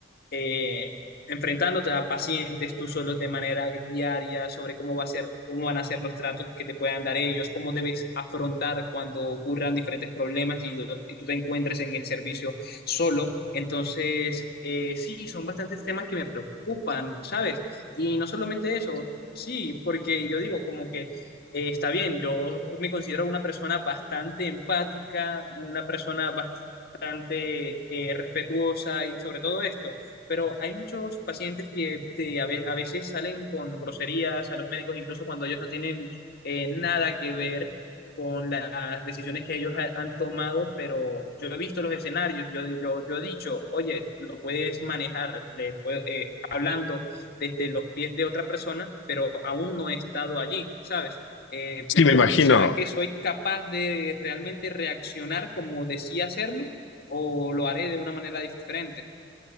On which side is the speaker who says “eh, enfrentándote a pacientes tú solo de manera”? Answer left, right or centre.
Left